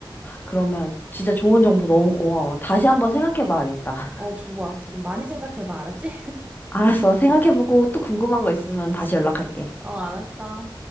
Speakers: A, on the left; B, on the right.
A: 그러면 진짜 좋은 정보 너무 고마워. 다시 한번 생각해 봐야겠다.
B: 어,
A: <laughs>
B: 줘봐. 좀 많이 생각해봐. 알았지?
A: 알았어. 생각해 보고 또 궁금한 거 있으면 다시 연락할게.
B: <laughs> 어, 알았어.